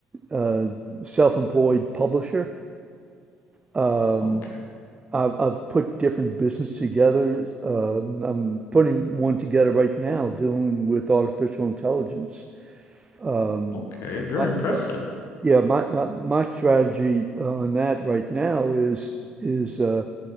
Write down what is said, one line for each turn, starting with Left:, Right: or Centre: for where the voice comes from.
Right: uh, self-employed publisher. Um,
Left: Okay.
Right: I've, I've put different business together. Um, I'm putting one together right now dealing with artificial intelligence. Um,
Left: Okay. Very
Right: but
Left: impressive.
Right: yeah, yeah, my, my, my strategy on that right now is is uh,